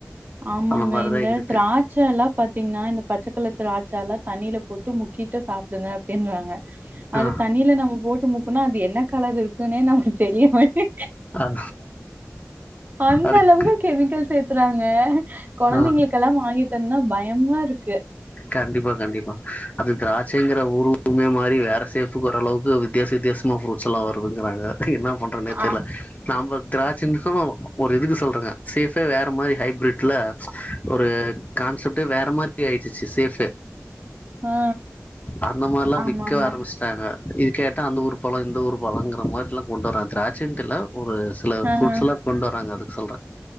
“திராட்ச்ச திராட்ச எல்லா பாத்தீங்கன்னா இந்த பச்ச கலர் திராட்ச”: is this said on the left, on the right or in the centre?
Right